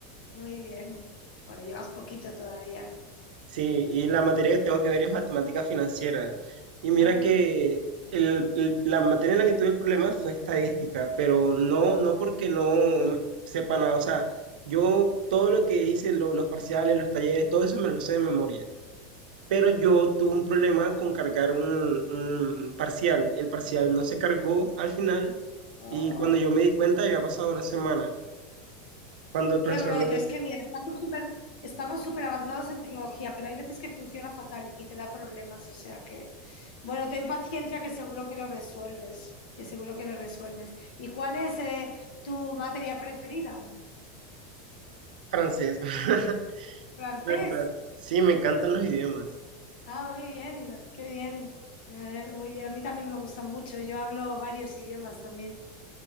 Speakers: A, on the left; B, on the right.
A: Muy bien. Bueno, llevas poquito todavía.
B: Sí, y la materia que tengo que ver es matemáticas financieras. Y mira
A: Ah,
B: que el- el- la materia en la que tuve problemas fue estadística, pero no, no porque no sepa nada. O sea, yo todo lo que hice, lo- los parciales, los talleres, todo eso me lo sé de memoria. Pero yo tuve un problema con cargar un, un parcial. El parcial no se cargó al final
A: oh.
B: y cuando yo me di cuenta ya había pasado una semana. Cuando el profesor
A: Qué rollo,
B: me...
A: es que mira, estamos súper estamos súper avanzados en tecnología, pero hay veces que funciona fatal y te da problemas, o sea que, bueno, ten paciencia que seguro que lo resuelves, que seguro que lo resuelves. ¿Y cuál es eh, tu materia preferida?
B: Francés, <laughs>
A: Francés.
B: ¿verdad? Sí, me encantan los idiomas.
A: Ah, muy bien, qué bien. Eh, Muy bien, a mí también me gusta mucho, yo hablo varios idiomas también.